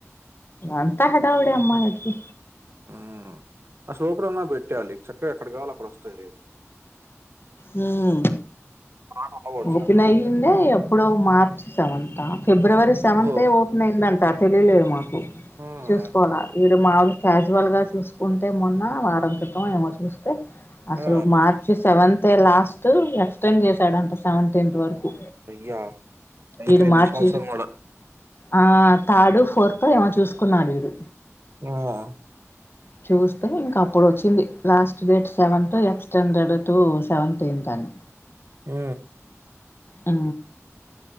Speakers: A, on the left; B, on the right.
A: అంత హడావుడే అమ్మ అడికి
B: హ్మ్. ఆ సూపర్ అన్నా పెట్టాలి చక్క ఎక్కడ కావాలి అక్కడ వస్త తది
A: హ
B: రాకుండా ఉండగూడదు
A: ఓపినయింద
B: సెంటర్‌లో.
A: ఎప్పుడొ మార్చి సమంతా ఫిబ్రవరి సెవెంతే
B: ఓహ్!
A: ఓపన్ అయిందంటే త తొలి లేదు మాకు
B: హ్మ్.
A: చూసుకోవాల ఇడు మాములు క్యాజువల్ గా చూసుకుంటే మొన్న వారం క్రితం ఏమో చూస్తే అసలు
B: ఆ!
A: మార్చ సెవెన్ అయితే లాస్ట్ ఎక్స్టెండ్ చేశాడంట సెవెంటీన్త్ వరకు
B: అయ్యా! అయిపోయేది
A: ఇది మార్చ
B: ఈ సంవత్సరం గూడా.
A: ఆ థాడు ఫోర్త్ ఏమో చూసుకున్నాడు ఇడు
B: ఆ
A: చూస్తే ఇంక అప్పుడు వచ్చింది last date seventh extended to seventeenth అని
B: ఆ
A: ఆ